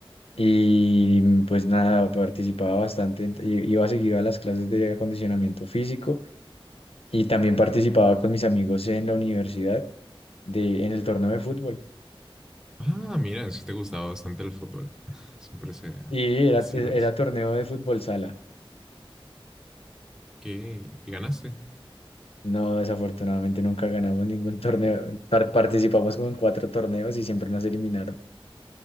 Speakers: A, on the left; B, in the centre.
A: y pues nada, participaba bastante, en- i- iba seguido a las clases de acondicionamiento físico y también participaba con mis amigos en la universidad de, en el torneo de fútbol
B: Ah, mira, sí te gustaba bastante el fútbol. <laughs> Siempre se
A: y era,
B: ha sido
A: era
B: así.
A: torneo de fútbol sala.
B: ¿Qué? Y ganaste.
A: No, desafortunadamente nunca ganamos ningún torneo, Par- participamos como en cuatro torneos y siempre nos eliminaron.